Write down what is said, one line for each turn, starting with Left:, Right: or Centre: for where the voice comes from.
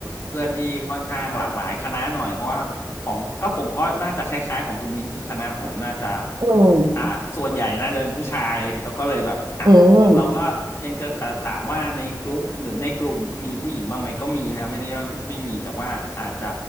Left: เพื่อนที่ค่อนข้างหลากหลายคณะหน่อยเพราะว่าของก็ผมก็น่าจะคล้ายๆของคุณมิ้นคือคณะผมน่าจะ
Right: อืม
Left: อ่าส่วนใหญ่น่าจะเป็นผู้ชายแล้วก็เลยแบบอ่ะ
Right: อืม
Left: เราก็ยังเจอแต่ถามว่าในกลุ่มหรือในกลุ่มมีผู้หญิงบ้างไหมก็มีนะไม่ได้ว่าไม่มีแต่ว่าอาจจะ